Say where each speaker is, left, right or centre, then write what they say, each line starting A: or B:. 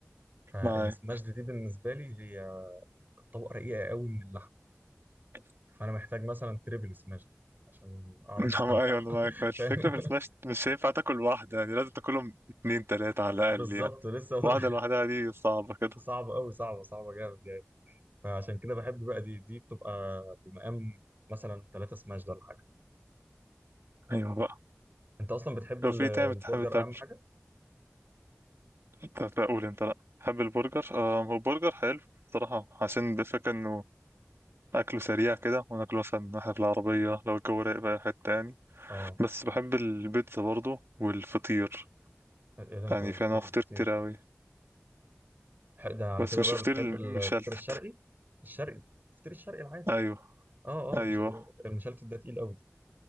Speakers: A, on the right; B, on the right.
A: فالسماش
B: معاك
A: دي بالنسبه لي هي طبقه رقيقه قوي من اللحم
B: <laughs>
A: فانا محتاج مثلا تريبل سماش عشان اعرف استمتع
B: نعم ايوه انا
A: <laughs>
B: معاك بس الفكره
A: فاهم
B: في السماش مش هينفع تاكل واحده يعني لازم تاكلهم اتنين تلاته على الاقل
A: بالظبط
B: يعني
A: لسه اقول
B: واحده لوحدها دي صعبه كده
A: صعبه قوي صعبه صعبه جامد يعني فعشان كده بحب بقى دي دي بتبقى بمقام مثلا ثلاثة سماش ده ولا حاجه
B: ايوه بقى
A: انت اصلا بتحب ال-
B: لو في
A: البرجر
B: تاني بتحب تاكل
A: اهم حاجه
B: طب اقول انت لا تحب البرجر آه هو برجر حلو صراحه عشان الفكره انه اكله سريع كده وناكله مثلا ناحيه العربيه لو الجو رايق بقى حته يعني.
A: اه
B: بس بحب البيتزا برضو والفطير
A: ايه ده انت
B: يعني
A: بتحب
B: في انواع فطير
A: الفطير
B: كتير اوي
A: ح- ده على
B: بس
A: كده
B: مش
A: بقى
B: فطير
A: بتحب الفطير
B: مشلتت
A: الشرقي الشرقي الفطير الشرقي العادي
B: ايوه
A: اه اه
B: ايوه
A: مش ال- المشلتت ده تقيل قوي